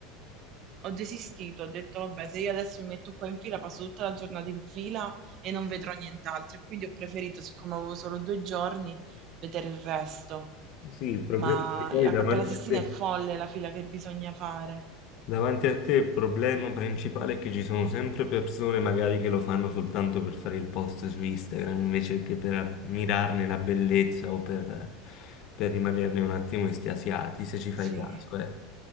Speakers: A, on the right; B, on the left.
A: ho desistito, ho detto vabbè, se io adesso mi metto qua in fila, passo tutta la giornata in fila e non vedrò nient'altro, e quindi ho preferito, siccome avevo solo due giorni, vedere il resto.
B: Sì, il problema
A: Ma
B: è che poi
A: la
B: davanti
A: Cappella Sistina
B: a te,
A: è folle la fila che bisogna fare.
B: davanti a te il problema principale è che ci sono sempre persone magari che lo fanno soltanto per fare il post su Instagram invece che per mirarne la bellezza o per, per rimanerne un attimo estasiati, se ci fai
A: Sì.
B: caso, eh.